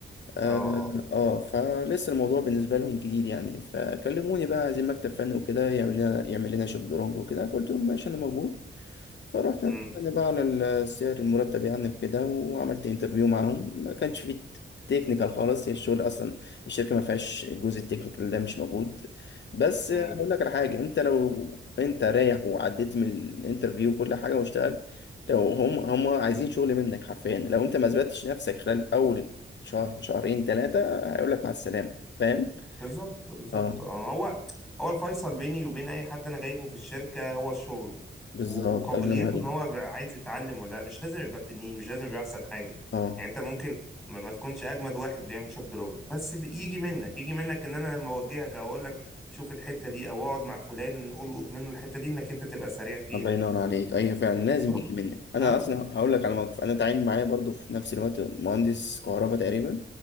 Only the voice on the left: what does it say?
اه
آه، فلسه الموضوع بالنسبه لهم جديد يعني فكلموني بقى عايزين مكتب فني وكده يعمل لنا يعمل لنا شطرنج وكده فقلت لهم ماشي انا موجود فروحنا
اتفقنا بقى على السعر المرتب يعني وكده وعملت انترفيو معاهم ما كانش فيه تكنيكال خالص هي الشغل اصلا الشركه ما فيهاش الجزء التكنيكال ده مش موجود بس
هقول لك على حاجه انت لو انت رايح وعديت من الانترفيو وكل حاجه واشتغلت لو هم هم عايزين شغل منك حرفيا لو انت ما اثبتتش نفسك خلال اول شهر شهرين ثلاثة هيقول لك مع السلامة فاهم؟
اه
بالظبط
الله ينور عليك
اه
الله
ينور عليك ايوه فعلا لازم
يجي منك انا
اصلا هقول لك على موقف انا تعين معايا برضو في نفس الوقت مهندس كهرباء تقريبا